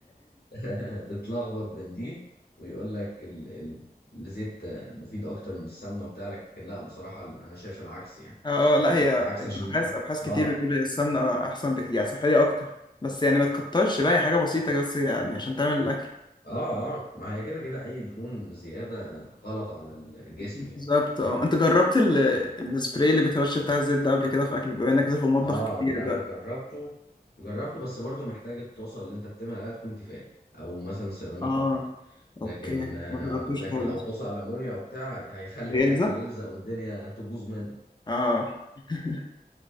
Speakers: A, on the left; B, on the left.
A: <laughs> تتلخبط بين دي ويقول لك ال... ال... الزيت مفيد اكتر من السمنه وبتاع لكن لا بصراحه انا شايف العكس
B: <laughs>
A: يعني
B: اه آه، لا هي
A: العكس
B: الابحاث
A: عشان
B: ابحاث كتير
A: اه
B: بتقول هي السمنه احسن بكتير يعني صحيه اكتر بس يعني ما تكترش بقى هي حاجه بسيطه بس يعني عشان تعمل الاكل
A: اه اه ما هي كده كده اي دهون زياده غلط على الجسم
B: بالظبط
A: يعني
B: اه انت جربت ال... السبراي اللي بيترش بتاع الزيت ده قبل كده في اكل بما انك بتدخل مطبخ
A: اه
B: كتير
A: ده
B: بقى
A: جربته جربته بس برضو محتاج الطاسه اللي انت بتعمل عليها تكون تيفال او مثلا سيراميك
B: اه
A: او حاجه لكن
B: اوكي
A: آه
B: ما جربتوش
A: لكن
B: خالص
A: لو طاسه المونيا وبتاع هيخلي
B: بيلزق
A: الاكل يلزق والدنيا تبوظ منك
B: اه <laughs>